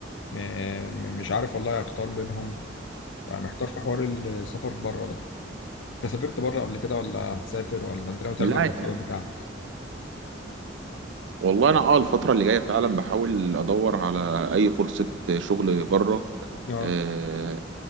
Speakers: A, on the left; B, on the right.
A: م- م- مش عارف والله اختار بينهم فمحتار في حوار السفر بره ده انت سافرت بره قبل كده ولا هتسافر ولا انت ناوي تعمل
B: لا
A: ايه في
B: يا-
A: المستقبل بتاعك
B: والله انا اه الفترة اللي جاية فعلا بحاول ادور على اي فرصة شغل بره
A: اه
B: آه،